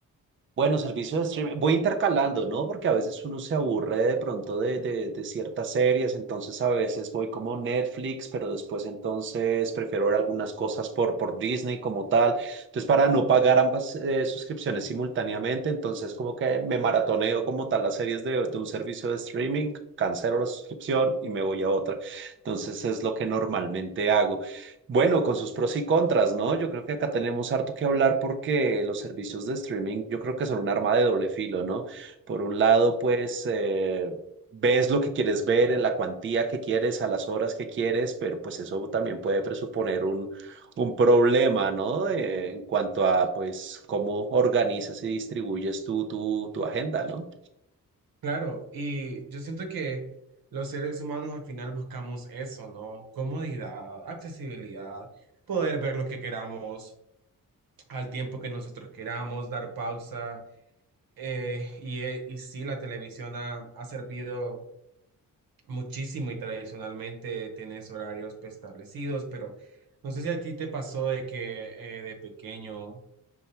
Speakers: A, on the right; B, on the right.
A: Bueno, servicio de streaming. Voy intercalando, ¿no? Porque a veces uno se aburre de pronto de, de, de ciertas series, entonces a veces voy como Netflix, pero después entonces prefiero ver algunas cosas por, por Disney como tal. Entonces, para no pagar ambas eh, suscripciones simultáneamente, entonces como que me maratoneo como tal las series de, de un servicio de streaming, cancelo la suscripción y me voy a otra. Entonces es lo que normalmente hago. Bueno, con sus pros y contras, ¿no? Yo creo que acá tenemos harto que hablar porque los servicios de streaming yo creo que son un arma de doble filo, ¿no? Por un lado, pues eh, ves lo que quieres ver en la cuantía que quieres, a las horas que quieres, pero pues eso también puede presuponer un, un problema, ¿no? Eh, en cuanto a pues cómo organizas y distribuyes tú tu, tu agenda, ¿no?
B: Claro, y yo siento que los seres humanos al final buscamos eso, ¿no? Comodidad, accesibilidad, poder ver lo que queramos al tiempo que nosotros queramos, dar pausa Eh, y, eh, y sí, la televisión ha, ha servido muchísimo y tradicionalmente tienes horarios pues, establecidos, pero no sé si a ti te pasó de que eh, de pequeño